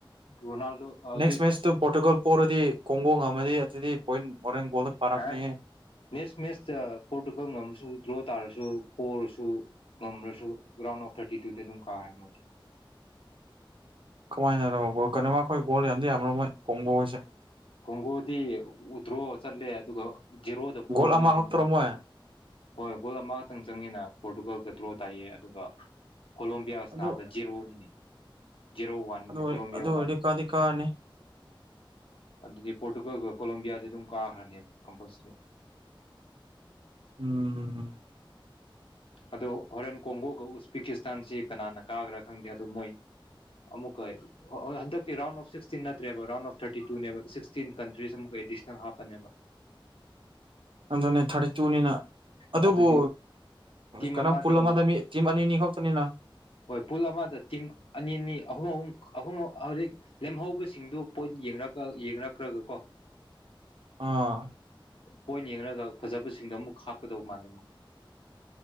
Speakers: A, on the left (about 85°); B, on the right (about 70°).
A: ꯔꯣꯅꯥꯜꯗꯣ ꯍꯧꯖꯤꯛ
B: ꯅꯦꯛꯁ ꯃꯦꯆꯇꯨ ꯄꯣꯔꯇꯨꯒꯜ ꯄꯣꯛꯔꯗꯤ ꯀꯣꯡꯒꯣꯡ ꯑꯃꯗꯤ ꯑꯗꯨꯗꯤ ꯄꯣꯏꯟ ꯍꯣꯔꯦꯟ ꯒꯣꯜꯗ ꯄꯥꯔꯛꯀꯅꯤꯍꯦ
A: ꯑ ꯃꯦꯁ ꯃꯦꯁ ꯄꯣꯀꯁꯨ ꯗ꯭ꯔꯣ ꯇꯔ ꯁ ꯀꯔꯁꯨ ꯉꯝ꯭ꯔꯁꯨ ꯔꯔꯥꯎꯟ ꯑꯣꯐ ꯊꯥꯔꯇꯤ ꯇꯨꯗꯤ ꯑꯗꯨꯝ ꯀꯥꯈ꯭ꯔꯦ ꯃꯣꯏꯗꯤ
B: ꯀꯃꯥꯏꯅꯔꯣꯣ ꯀꯩꯅꯣꯃ ꯑꯩꯈꯣꯏ ꯒꯣꯜ ꯌꯥꯝꯗꯤ ꯌꯥꯝꯔꯝꯃꯣꯏ ꯀꯣꯡꯕ ꯍꯥꯏꯁꯦ
A: ꯈꯣꯡꯒꯨꯗꯤ ꯎꯗ꯭ꯔꯣ ꯆꯠꯂꯦ ꯑꯗꯨꯒ ꯖꯦꯔꯣꯗ ꯄꯣꯛꯑꯕꯅꯤꯅꯦ
B: ꯒꯣꯜ ꯑꯃꯈꯛꯇꯔꯣ
A: ꯃ
B: ꯃꯣꯏ
A: ꯍꯣꯏ ꯒꯣꯜ ꯑꯃꯈꯛꯇꯪ ꯆꯪꯉꯦꯅ ꯄꯣꯔꯇꯨꯒꯥꯜꯒ ꯗ꯭ꯔꯣ ꯇꯥꯏꯌꯦ ꯑꯗꯨꯒ ꯀꯂꯂꯦꯝꯕꯤꯌꯥꯅꯗ
B: ꯑꯗꯨ
A: ꯖꯤꯔꯣꯃꯤꯅꯤ ꯖꯤꯦꯔꯣ ꯋꯥꯟ
B: ꯑꯗꯨ ꯑꯣꯏ
A: ꯀꯣꯂꯣꯕꯤꯌ
B: ꯑꯗꯨ ꯑꯣꯏꯔꯗꯤ
A: ꯋꯥꯟ
B: ꯀꯥꯗꯤ ꯀꯥꯔꯅꯤ
A: ꯑꯗꯨꯗꯤ ꯄꯣꯔꯇꯨꯒꯜꯒ ꯀꯣꯂꯣꯕꯤꯌꯥꯗꯤ ꯑꯗꯨꯝ ꯀꯥꯈ꯭ꯔꯅꯦꯕ ꯀꯝꯄꯜꯁꯔꯤ
B: ꯎꯝ
A: ꯑꯗꯣ ꯍꯣꯔꯦꯟ ꯀꯣꯡꯒꯣꯒ ꯎꯁꯄꯦꯀꯤꯁꯇꯥꯟꯁꯤ ꯀꯅꯥꯅ ꯀꯥꯈ꯭ꯔꯥ ꯈꯪꯗꯦ ꯑꯗꯣ ꯃꯣꯏ ꯑꯃꯨꯛꯀ ꯍꯟꯗꯛꯇꯤ ꯔꯥꯎꯟ ꯑꯣꯐ ꯁꯤꯛꯁꯇꯤꯟ ꯅꯠꯇ꯭ꯔꯦꯕ ꯔꯥꯎꯟ ꯑꯣꯐ ꯊꯥꯔꯇꯤ ꯇꯨꯅꯦꯕ ꯁꯤꯛꯁꯇꯤꯟ ꯀꯟꯇ꯭ꯔꯤꯁ ꯑꯃꯨꯛ ꯑꯦꯗꯤꯁꯅꯦꯜ ꯍꯥꯞꯄꯅꯦꯕ
B: ꯑꯗꯨꯅꯦ ꯊꯥꯔꯇ ꯇꯨꯅꯤꯅ ꯑꯗꯨꯕꯨ
A: ꯑꯗꯨꯗꯤ ꯇꯤꯝ
B: ꯀꯩꯅꯣ
A: ꯑꯃꯗꯒꯤ
B: ꯄꯨꯜ ꯑꯃꯗ ꯃꯤ ꯇꯤꯝ ꯑꯅꯤ ꯑꯅꯤ ꯈꯛꯇꯅꯤꯅ
A: ꯍꯣꯏ ꯄꯨꯜ ꯑꯃꯗ ꯇꯤꯝ ꯑꯅꯤ ꯑꯅꯤ ꯑꯍꯨꯝ ꯑꯍꯨꯝ ꯑꯍꯨꯝ ꯍꯧꯖꯤꯛ ꯂꯦꯝꯍꯧꯕꯁꯤꯡꯗꯨ ꯄꯣꯏꯠ ꯌꯦꯡꯅꯛꯈ꯭ꯔꯒꯀꯣ
B: ꯑꯥ
A: ꯄꯣꯏꯟ ꯌꯦꯡꯉꯒ ꯐꯖꯕꯁꯤꯡꯗꯣ ꯑꯃꯨꯛ ꯍꯥꯞꯀꯗꯧꯕ ꯃꯥꯜꯂꯦ ꯑꯃꯨꯛ